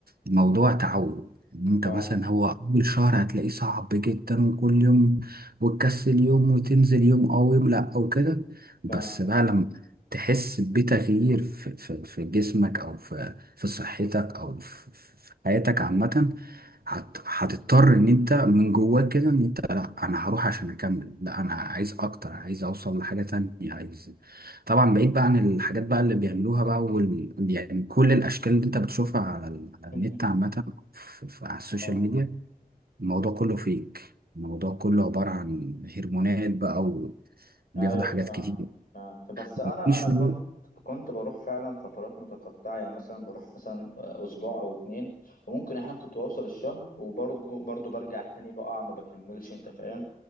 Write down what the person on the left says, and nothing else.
فعلا
فعلا
<laughs>
آه
أيوه
فعلا
بس انا
انا كنت
كنت بروح فعلا فترات متقطعه يعني مثلا بروح مثلا آه، اسبوع او اتنين وممكن احيانا كنت بوصل الشهر وبرضه برضه برجع تاني بقع ما بكملش انت فاهم